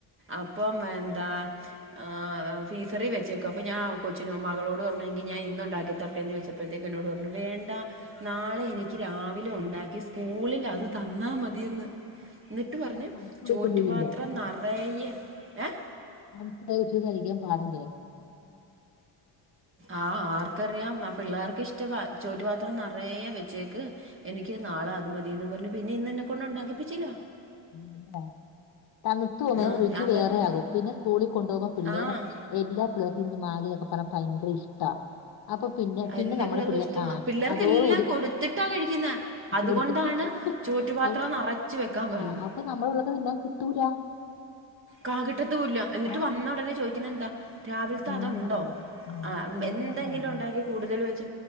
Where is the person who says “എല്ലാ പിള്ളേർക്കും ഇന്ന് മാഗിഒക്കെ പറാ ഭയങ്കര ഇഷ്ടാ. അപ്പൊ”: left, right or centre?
Left